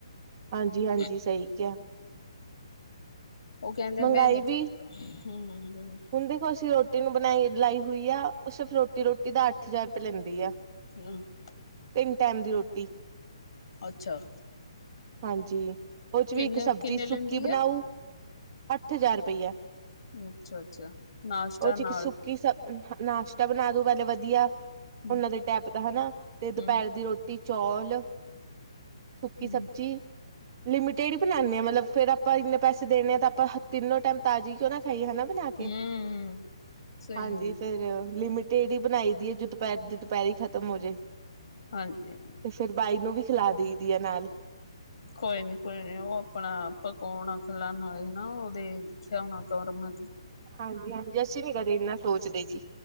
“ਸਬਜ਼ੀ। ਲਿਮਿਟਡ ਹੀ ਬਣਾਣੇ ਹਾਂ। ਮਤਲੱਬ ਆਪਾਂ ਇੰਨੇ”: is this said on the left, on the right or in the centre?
Right